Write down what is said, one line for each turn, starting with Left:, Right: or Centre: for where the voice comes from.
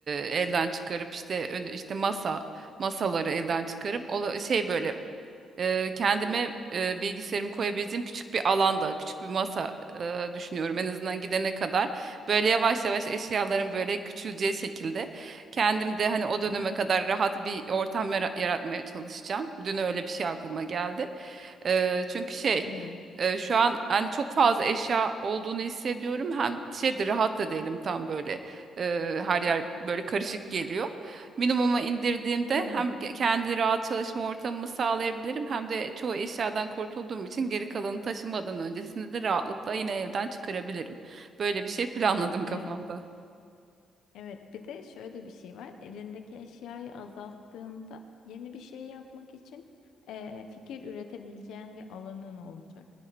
Right: e, elden çıkarıp işte ön- işte masa masaları elden çıkarıp ola- şey böyle e, kendime e, bilgisayarımı koyabileceğim küçük bir alanda, küçük bir masa e, düşünüyorum en azından gidene kadar. Böyle yavaş yavaş eşyaların böyle küçüleceği şekilde kendim de hani o döneme
Left: Hı hı.
Right: kadar rahat bir ortam yara- yaratmaya çalışacağım. Dün öyle bir şey aklıma geldi. Eee, çünkü şey
Left: Evet.
Right: eee, şu an hani çok fazla eşya olduğunu hissediyorum. Hem şey de rahat da değilim tam böyle eee, her yer böyle karışık geliyor. Minimuma indirdiğimde
Left: Evet.
Right: hem ge- kendi rahat çalışma ortamımı sağlayabilirim hem de çoğu eşyadan kurtulduğum için geri kalanı taşımadan öncesinde de rahatlıkla yine evden çıkarabilirim. Böyle bir şey planladım kafamda.
Left: Evet. Evet, bir de şöyle bir şey var. Elindeki eşyayı azalttığında yeni bir şey yapmak için eee, fikir üretebileceğin bir alanın olacak.